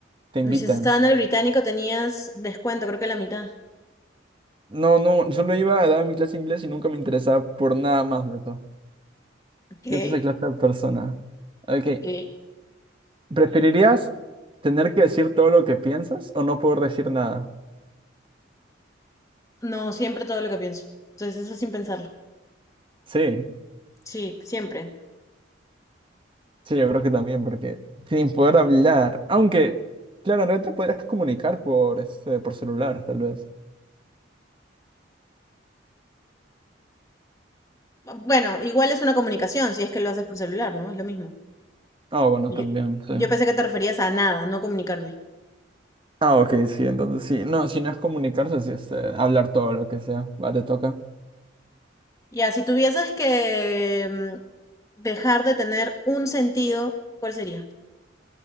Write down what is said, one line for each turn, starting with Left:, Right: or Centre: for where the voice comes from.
Right: te invitan.
Left: Uy, si has estado en el Británico tenías descuento, creo que la mitad.
Right: No, no, solo iba a dar mi clase de inglés y nunca me interesaba por nada más de eso.
Left: ¿Qué?
Right: Yo soy esa clase de persona. Ok,
Left: ¿Qué?
Right: ¿preferirías tener que decir todo lo que piensas o no poder decir nada?
Left: No, siempre todo lo que pienso. Entonces eso sin pensarlo.
Right: Sí,
Left: Sí, siempre.
Right: sí, yo creo que también, porque sin poder hablar, aunque, claro, en realidad te podrías comunicar por, este, por celular, tal vez.
Left: Bueno, igual es una comunicación, si es que lo haces por celular, ¿no? Es lo mismo.
Right: Ah, bueno, también,
Left: Yo,
Right: sí.
Left: yo pensé que te referías a nada, no comunicarme.
Right: Ah, ok, sí, entonces sí. No, si no es comunicarse, sí es eh, hablar todo lo que sea. Va, te toca.
Left: Ya, si tuvieses que mm, dejar de tener un sentido, ¿cuál sería?